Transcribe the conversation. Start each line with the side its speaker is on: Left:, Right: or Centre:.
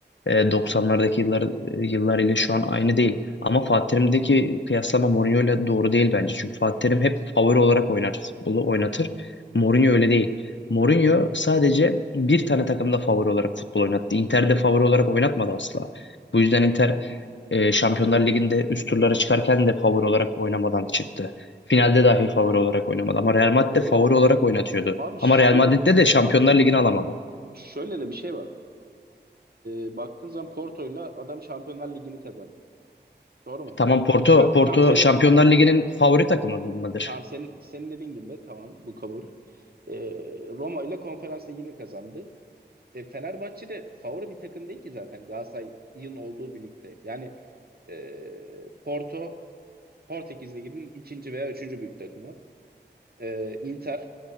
Left: E, 90'lardaki yıllar yıllar ile şu an aynı değil. Ama Fatih Terim'deki kıyaslama Mourinho ile doğru değil bence. Çünkü Fatih Terim hep favori olarak oynar futbolu oynatır. Mourinho öyle değil. Mourinho sadece bir tane takımda favori olarak futbol oynattı. Inter'de favori olarak oynatmadı asla. Bu yüzden Inter e, Şampiyonlar Ligi'nde üst turlara çıkarken de favori olarak oynamadan çıktı. Finalde dahi favori olarak oynamadı. Ama Real Madrid
Right: E,
Left: de favori olarak oynatıyordu.
Right: abi şöyle
Left: Ama Real Madrid'de de Şampiyonlar Ligi'ni alamadı.
Right: şöyle de bir şey var. E, baktığın zaman Porto'yla adam Şampiyonlar Ligi'ni kazandı. Doğru mu?
Left: Tamam Porto,
Right: E, sen
Left: Porto
Right: tam senin
Left: Şampiyonlar
Right: tam
Left: Ligi'nin favori takımı mıdır?
Right: tam senin senin dediğin gibi tamam bu kabul. E, Roma ile Konferans Ligi'ni kazandı. e, Fenerbahçe de favori bir takım değil ki zaten Galatasaray'ın olduğu birlikte. Yani e, Porto Portekiz Ligi'nin ikinci veya üçüncü büyük takımı. E, Inter